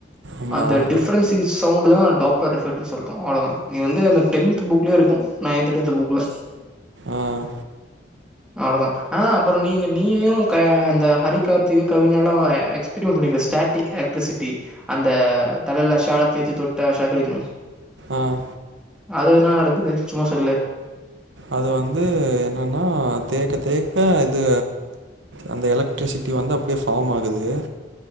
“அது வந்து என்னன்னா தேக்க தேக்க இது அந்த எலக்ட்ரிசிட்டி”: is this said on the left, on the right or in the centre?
Right